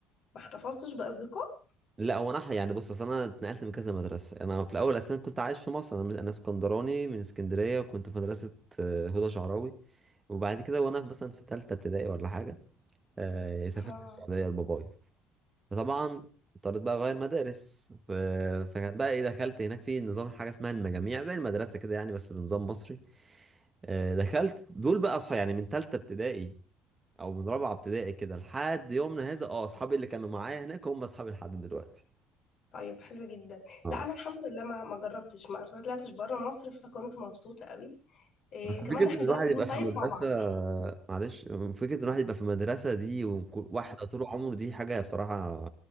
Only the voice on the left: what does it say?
ما احتفظتش باصدقاء
اه
طيب حلو جدا
لا انا الحمد لله ما ما جربتش ما طلعتش بره مصر فكنت مبسوطه قوي إيه،
كمان
احنا
دلوقتي بنصيف
مع بعض